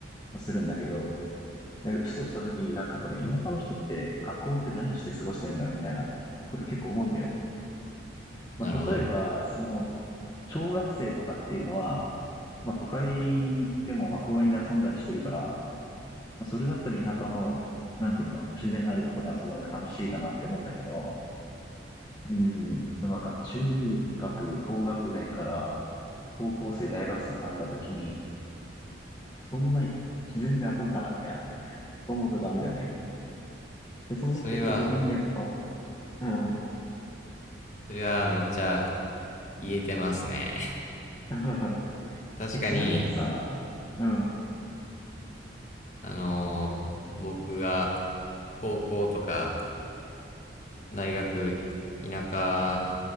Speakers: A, on the left; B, on the left.
A: するんだけど、ふとした時になんかこれ田舎の人って学校って何して過ごしてるんだろうみたいなこと結構思うんだよ。まあ例えば、
B: なるほど
A: その、小学生とかっていうのは、まあ都会でもまあ公園で遊んだりしてるから、それだったら田舎の、なんていうんだろう、自然のあるところで遊んだ方が楽しいかなって思うんだけど、うん、なんか中学、高学年から高校生、大学生になった時に、そんな自然で遊ぶかなみたいな思うとこあるんだよね。で、そうなってきた時に、
B: それは
A: やっぱ、うん。
B: それはめっちゃ言えてますね
A: <laughs>
B: 確かに
A: え、ちなみにさ、うん、
B: あのー僕が高校とか大学田舎